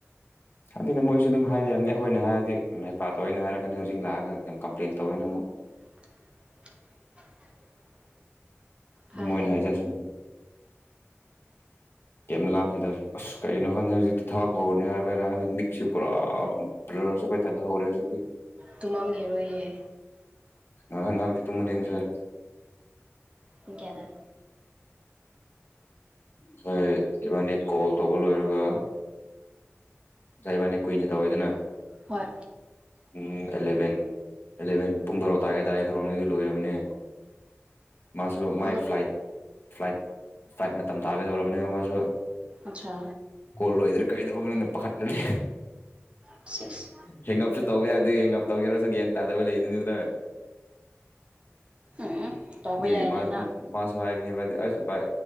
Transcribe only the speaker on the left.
ꯈꯪꯗꯦꯗ ꯃꯣꯏꯁꯨ ꯑꯗꯨꯝ ꯍꯥꯏꯕ ꯌꯥꯕꯅꯤ ꯑꯩꯈꯣꯏꯅ ꯍꯥꯏꯔꯗꯤ ꯍꯩꯄꯥ ꯇꯧꯑꯦꯅ ꯍꯥꯏꯔꯛꯀꯅꯤ ꯍꯧꯖꯤꯛ ꯂꯥꯛꯑꯒ ꯀꯝꯄ꯭ꯂꯦꯟ ꯇꯧꯋꯦꯅ ꯑꯃꯨꯛ
ꯃꯣꯏꯅ ꯍꯥꯏꯖꯔꯁꯥꯅꯨ ꯀꯩꯝ ꯂꯥꯝꯗꯦꯗ ꯍꯧꯖꯤꯛ ꯑꯁ ꯀꯩꯅꯣ ꯈꯪꯗꯦ ꯍꯧꯖꯤꯛꯇꯤ ꯊꯋꯥꯛ ꯍꯧꯔꯅꯤ ꯍꯥꯏꯕꯩꯔ ꯃꯤꯛꯁꯦ ꯄꯨꯔꯥ ꯕꯂꯔ ꯆꯠꯄꯩ ꯇꯥꯏꯄꯇꯥ ꯍꯧꯔꯦ ꯍꯧꯖꯤꯛꯇꯤ
ꯉꯍꯥꯛ ꯉꯍꯥꯛꯇꯤ ꯇꯨꯝꯕꯅꯦ ꯉꯁꯥꯢ
ꯄꯨꯡꯁꯦ ꯏꯕꯥꯅꯤ ꯀꯣꯜ ꯇꯧꯕ ꯂꯣꯏꯔꯒ ꯉꯁꯥꯏ ꯢꯕꯅꯤ ꯀꯨꯏꯅ ꯇꯧꯋꯤꯗꯅ
ꯄꯨꯡ ꯑꯦꯂꯚꯦꯟ ꯑꯦꯂꯚꯦꯟ ꯄꯨꯡ ꯕꯥꯔꯣ ꯇꯥꯒꯦ ꯇꯥꯒꯦ ꯇꯧꯔꯕꯅꯤ ꯑꯗꯨ ꯂꯣꯏꯔꯕꯅꯦ ꯃꯥꯁꯨ ꯃꯥꯏ
ꯐ꯭ꯂꯥꯏꯠ ꯐ꯭ꯂꯥꯏꯠ ꯐ꯭ꯂꯥꯏꯠ ꯃꯇꯝ ꯇꯥꯒꯗꯧꯔꯕꯅꯦꯕ ꯃꯥꯁꯨ
ꯀꯣꯜ ꯂꯣꯏꯗ꯭ꯔꯤ ꯀꯩꯗꯧꯕꯅꯣꯅ ꯄꯥꯈꯠꯄꯥꯅꯦ
ꯍꯦꯡꯎꯞꯁꯨ ꯇꯧꯕ ꯌꯥꯗꯦ ꯡꯞ ꯇꯧꯒꯦꯔꯁꯨ ꯒꯌ꯭ꯥꯟ ꯇꯥꯗꯕ ꯂꯩꯗꯣꯏꯅꯤꯗꯅ
ꯑꯗꯨꯒꯤ
ꯃꯥ ꯃꯥꯁꯨ ꯍꯥꯏꯕꯅꯤꯕ ꯑꯁ ꯚꯥꯢ